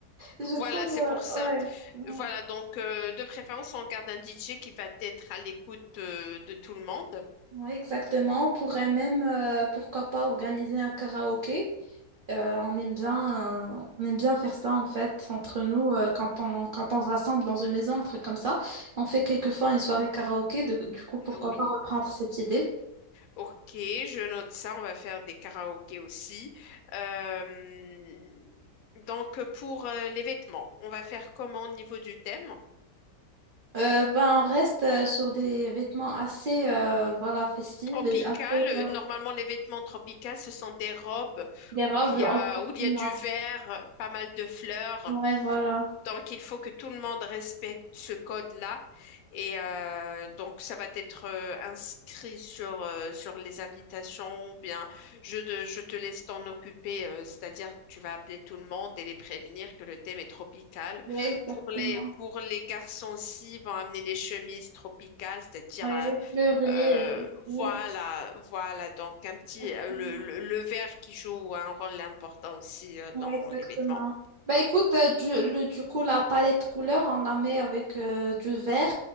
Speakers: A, on the right (about 65°); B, on the left (about 65°).
A: Je
B: Voilà,
A: trouve,
B: c'est
A: euh,
B: pour ça.
A: ouais, ouais,
B: Voilà, donc euh, de préférence, on garde un DJ qui va être à l'écoute euh, de tout le monde.
A: ouais, exactement. On pourrait même, euh, pourquoi pas, organiser un karaoké. Euh, on aime bien, euh, on aime bien faire ça, en fait, entre nous, euh, quand on, quand on se rassemble dans une maison, un truc comme ça. On fait quelquefois une soirée karaoké. de- du coup, pourquoi
B: Oui,
A: pas reprendre cette idée?
B: Ok, je note ça. On va faire des karaokés aussi. Euh, donc, pour euh, les vêtements, on va faire comment au niveau du thème?
A: Euh, ben, on reste euh, sur des vêtements assez, euh, voilà, festifs
B: Tropical.
A: et assez, euh,
B: euh, Normalement, les vêtements tropicaux, ce sont des robes
A: des robes,
B: où il y
A: exactement.
B: a, où il y a du vert, pas mal de fleurs.
A: Ouais, voilà.
B: Donc, il faut que tout le monde respecte ce code-là. Et euh, donc, ça va être euh, inscrit sur, euh, sur les invitations ou bien je te, je te laisse t'en occuper, euh, c'est-à-dire tu vas appeler tout le monde et les prévenir que le thème est tropical.
A: Ouais, exactement.
B: Pour les, pour les garçons aussi, ils vont amener des chemises tropicales, c'est-à-dire
A: Ouais,
B: euh,
A: pleurer
B: euh,
A: et et tout.
B: voilà, voilà. Donc, un petit,
A: Exactement.
B: euh, le, le, le vert qui joue un rôle important aussi euh,
A: Ouais,
B: dans
A: exactement.
B: les vêtements.
A: Bah écoute, euh, du, le, du coup, la palette couleur, on la met avec euh, du vert,